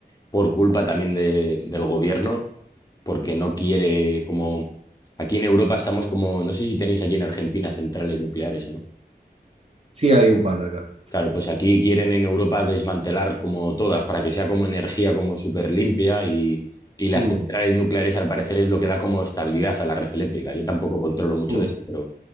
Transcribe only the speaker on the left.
por culpa también de- del gobierno, porque no quiere, como aquí en Europa estamos como, no sé si tenéis allí en Argentina centrales nucleares o no.
Claro, pues aquí quieren en Europa desmantelar como todas, para que sea como energía como súper limpia y, y las
centrales nucleares al parecer es lo que da como estabilidad a la red eléctrica. Yo tampoco controlo mucho
de esto, pero